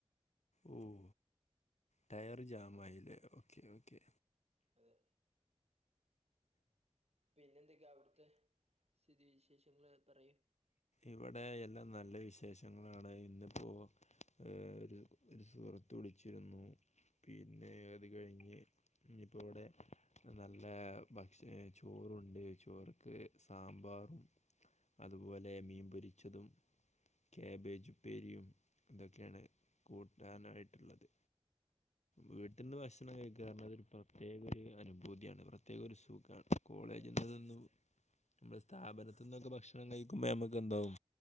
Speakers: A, on the left; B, on the right.
A: മം ടയറ് ജാമായിലെ. Okay okay.
B: അതെ. പിന്നെ എന്തൊക്കെ അവിട്ത്തെ സ്ഥിതി വിശേഷങ്ങള് പറയൂ.
A: ഇവിടെ എല്ലാം നല്ല വിശേഷങ്ങളാണ്. ഇന്നിപ്പോ ഏ ഒരു ഒരു സുഹൃത്ത് വിളിച്ചിര്ന്നു. പിന്നെ അത് കഴിഞ്ഞ്, ഇഞ്പ്പൊ വടെ നല്ല ഭക്ഷ ചോറുണ്ട്. ചോറ്ക്ക്, സാമ്പാറും അതുപോലെ മീൻപൊരിച്ചതും, കാബേജുപ്പേരിയും ഇതൊക്കെയാണ് കൂട്ടാനായിട്ടുള്ളത്. വീട്ടിന്ന് ഭക്ഷണം കഴിക്കാറ്ഞ്ഞാല് അതൊരു പ്രത്യേക ഒരു അനുഭൂതിയാണ്. പ്രത്യേക ഒരു സുഖാണ്. കോളേജ്ന്ന്
B: അതെ അതെ
A: നിന്നും, നമ്മള് സ്ഥാപനത്തിന്നൊക്കെ ഭക്ഷണം കഴിക്കുമ്പോ നമ്മക്കെന്താവും.